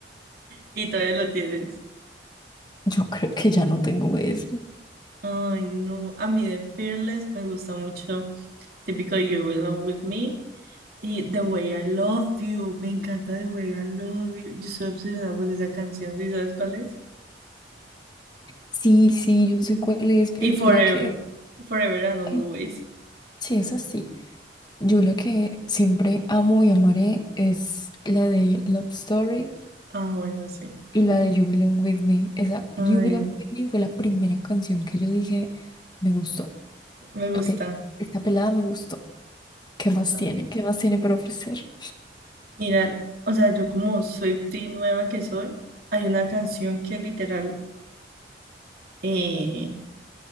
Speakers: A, on the right; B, on the left.
A: y todavía lo tienes.
B: Yo creo que ya no tengo eso.
A: Ay, no. A mí de Fearless me gusta mucho. Típico You Belong With Me. Y The Way I Love You, me encanta The Way I Love You. Yo soy obsesionada con esa canción, ¿sí sabes cuál es?
B: Sí, sí, yo sé
A: Sí.
B: cuál es, pero
A: Y
B: yo
A: Forever,
B: la que...
A: Forever and Always.
B: ay, sí, es así. Yo la que siempre amo y amaré es la de Love Story.
A: Ah, bueno, sí.
B: Y la de You Belong With Me, esa
A: Ay,
B: You Belong With Me fue la primera canción que yo dije, me gustó.
A: me gusta.
B: Ok, esta pelada me gustó. ¿Qué más
A: Ah,
B: tiene? ¿Qué más tiene para ofrecer?
A: Mira, o sea, yo como Swiftie nueva que soy, hay una canción que literal eh,